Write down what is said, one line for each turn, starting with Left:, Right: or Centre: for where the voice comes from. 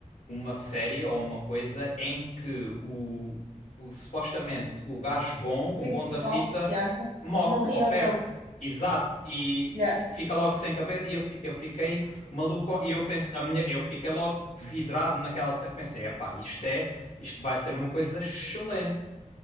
Left: uma série ou uma coisa em que o, o- supostamente o gajo bom, o
Right: Principal.
Left: bom da fita,
Right: Yeah.
Left: morre
Right: Morria
Left: ou perde.
Right: logo.
Left: Exato, e,
Right: Yeah.
Left: e fica logo sem cabeça. E eu, fi- eu fiquei maluco. E eu penso, a minha, eu fiquei logo vidrado naquela série. Pensei, epá, isto é, isto vai ser uma coisa excelente.